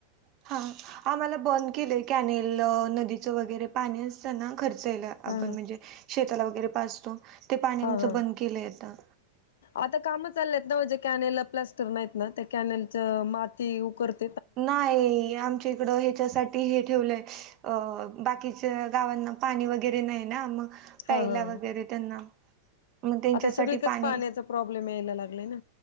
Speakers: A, on the right (about 35°); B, on the left (about 60°).
A: हा, आम्हाला बंद केलंय कॅनेल नदीचं वगैरे पाणी असतं ना. खर्चायला
B: हा
A: आपण म्हणजे, शेताला वगैरे पाजतो. ते पाणी आमचं
B: हा हा
A: बंद केलं आता.
B: आता काम चालले आहेत ना, म्हणजे कॅनेल प्लास्टर नाहीत ना त्या कॅनेलच माती उकरत
A: नाही आमच्या इकडं ह्याच्यासाठी हे ठेवलंय अ बाकीच्या गावांना पाणी वगैरे नाही ना, मग प्यायला
B: हा हा
A: वगैरे त्यांना. मग त्यांच्यासाठी
B: आता सगळीकच
A: पाणी
B: पाण्याचा प्रॉब्लेम यायला लागलाय ना.